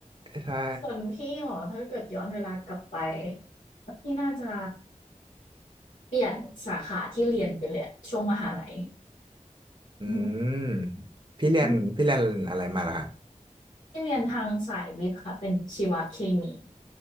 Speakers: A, on the right; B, on the left.
A: ใช่
B: <laughs> ส่วนพี่หรอถ้าเกิดย้อนเวลากลับไปพี่น่าจะเปลี่ยนสาขาที่เรียนไปเลยอะช่วงมหาลัย
A: อื
B: อืม
A: มพี่เรียนพี่เรียนอะไรมาล่ะฮะ
B: อืม ที่เรียนทางสายวิทย์ค่ะเป็นชีวเคมี